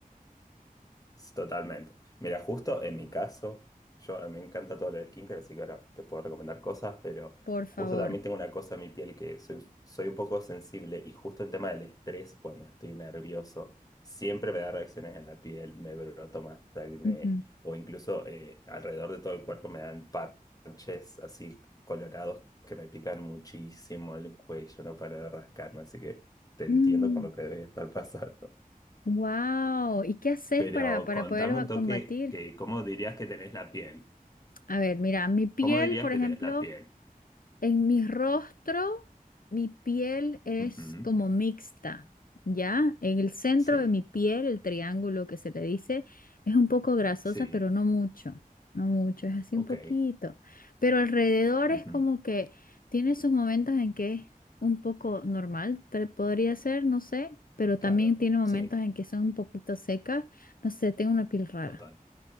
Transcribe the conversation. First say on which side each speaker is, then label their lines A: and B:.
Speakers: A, on the left; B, on the left.
A: Totalmente. Mira, justo en mi caso, yo eh, me encanta todo lo de skincare, así que ahora te puedo recomendar cosas, pero
B: Por favor.
A: justo también tengo una cosa en mi piel que soy, soy un poco sensible y justo el tema del estrés, cuando estoy nervioso, siempre me da reacciones en la piel, me broto más acné
B: Ujú.
A: o incluso eh, alrededor de todo el cuerpo me dan parches así colorados que me pican muchísimo el cuello, no paro de rascarme, así que te entiendo
B: Mm,
A: por lo que debes estar <laughs> pasando.
B: wow. ¿Y qué haces
A: Pero
B: para, para
A: contame
B: poder va-
A: un toque
B: combatir?
A: que cómo dirías que tenés la piel.
B: A ver, mira, mi piel,
A: ¿Cómo dirías
B: por
A: que
B: ejemplo.
A: tenés la piel?
B: En mi rostro, mi piel es
A: Ujú,
B: como mixta, ¿ya? En el centro
A: Sí,
B: de mi piel, el triángulo que se le dice, es un poco grasosa,
A: sí,
B: pero no mucho, no mucho, es así
A: ok.
B: un poquito. Pero alrededor
A: ujú,
B: es como que tiene sus momentos en que es un poco normal, te- podría ser, no sé, pero
A: Claro,
B: también tiene momentos
A: sí,
B: en que son un poquito secas, no sé, tengo una piel rara.
A: total.